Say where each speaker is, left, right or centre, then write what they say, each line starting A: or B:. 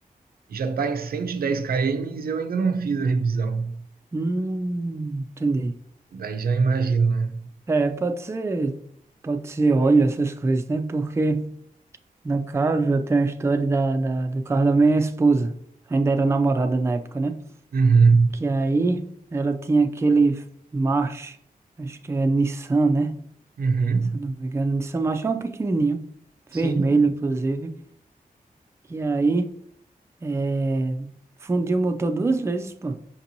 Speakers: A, on the right (about 75°); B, on the right (about 15°).
A: E já tá em 110 km e eu ainda não fiz a revisão.
B: Hum, entendi.
A: Daí já imagina, né?
B: É, pode ser, pode ser óleo, essas coisas, né? Porque, no caso, eu tenho a história da, da- do carro da minha esposa. Ainda era namorada na época, né?
A: Uhum,
B: Que aí ela tinha aquele March, acho que é Nissan, né?
A: uhum.
B: se eu não me engano, de São Macho é um pequenininho,
A: Sim.
B: vermelho inclusive, que aí é, fundiu o motor duas vezes, pô.